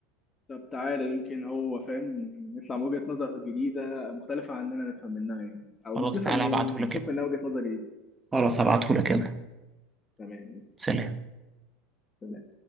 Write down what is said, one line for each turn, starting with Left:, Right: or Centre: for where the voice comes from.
Left: طب تعالى يمكن هو فاهم يطلع بوجهة نظر جديدة مختلفة عننا نفهم منها يعني او
Right: خلاص
Left: مش نفهم
Right: تعالى
Left: منها
Right: ابعته
Left: يعني،
Right: لك
Left: نشوف
Right: كده
Left: منها وجهة نظر جديدة
Right: خلاص ابعته لك يلا
Left: تمام
Right: سلام
Left: سلام